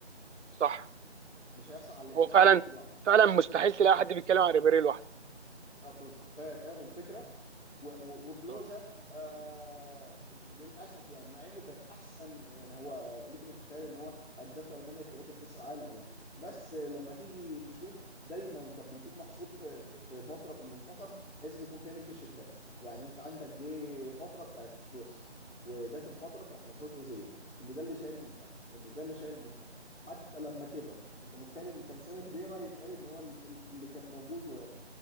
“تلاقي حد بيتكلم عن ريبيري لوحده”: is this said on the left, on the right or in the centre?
Right